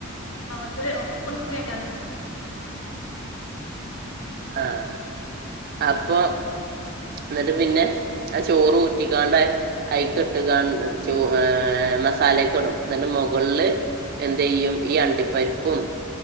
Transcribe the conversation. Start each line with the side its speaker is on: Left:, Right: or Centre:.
Left: ആതുൂരെ എപ്പഴ കേക്ക
Right: ആഹ അപ്പൊ എന്നിട്ട് പിന്നെ ആ ചോറ് ഊറ്റിക്കാണ്ട് അഐക്ക ഇട്ടാ ചോ മസാലയൊക്കെ ഇടും പിെ മുകളില് എന്ത ചെയ്യും ഈ അണ്ടിപ്പരിപ്പും